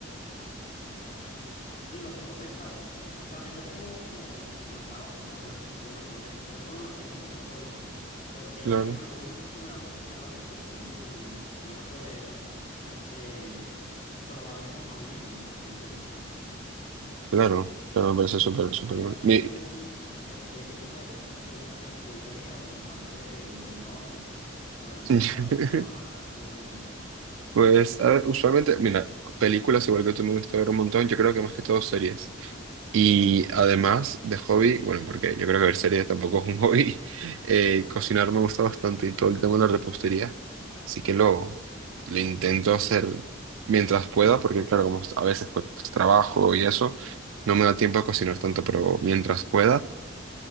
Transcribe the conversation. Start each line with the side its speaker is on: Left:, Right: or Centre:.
Left: Sí, lo tengo pensado. Es, co- también lo tengo como anotado así como a planes a futuro mantener eso. Por eso lo mantengo como un hobby, porque
Right: Claro,
Left: sé que en algún momento se me va a presentar la ocasión y voy a poder este, probarme como a mí mismo, por así decirlo.
Right: claro, pero me parece súper, súper
Left: ¿Y a
Right: bueno.
Left: ti
Right: Mi-
Left: qué, mm, este, qué tipo de cosas te gusta hacer en tu día a día? Bueno, aparte de, del trabajo, porque sabemos
Right: <laughs>
Left: que tra- uno trabaja todo el día.
Right: Pues a ver, usualmente, mira, películas igual que tú me gusta ver un montón, yo creo que más que todo series. Y además de hobby, bueno, porque yo creo que ver series tampoco es un hobby, <laughs> eh, cocinar me gusta bastante y todo el tema de la repostería, así que lo, lo intento hacer mientras pueda, porque claro, como a veces pues, trabajo y eso, no me da tiempo a cocinar tanto, pero mientras pueda.